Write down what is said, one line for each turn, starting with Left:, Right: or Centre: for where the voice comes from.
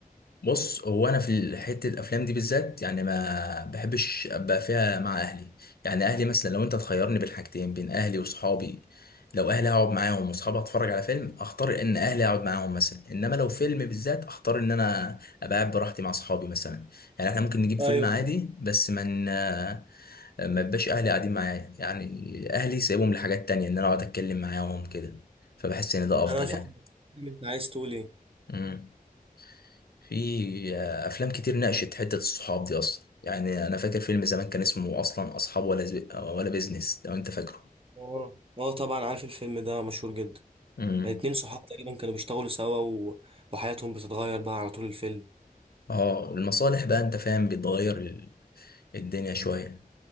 Left: بص هو انا في حته الافلام دي بالذات يعني ما بحبش ابقى فيها مع اهلي يعني اهلي مثلا لو انت تخيرني بين حاجتين بين اهلي واصحابي لو اهلي هقعد معاهم واصحابي اتفرج على فيلم اختار ان اهلي اقعد معاهم مثلا انما لو فيلم بالذات اختار ان انا ابقى قاعد براحتي مع اصحابي مثلا يعني احنا ممكن نجيب فيلم
Right: ايوه
Left: عادي
Right: فاهم
Left: بس من ما ن- ما يبقاش اهلي قاعدين معايا يعني اهلي سايبهم لحاجات تانية ان انا اقعد اتكلم معاهم كده فبحس ان ده افضل
Right: أنا فاهم
Left: يعني
Right: أنت عايز تقول إيه
Left: إمم. في آه، افلام كتير ناقشت حته الصحاب دي اصلا يعني انا فاكر فيلم زمان كان اسمه اصلا اصحاب ولا زب... ولا بيزنس لو انت فاكره
Right: اه اه طبعا عارف الفيلم ده مشهور جدا
Left: امم
Right: اتنين صحاب تقريبا كانوا بيشتغلوا سوا و... وحياتهم بتتغير بقى على طول الفيلم
Left: اه المصالح بقى انت فاهم بتغير ال- الدنيا شويه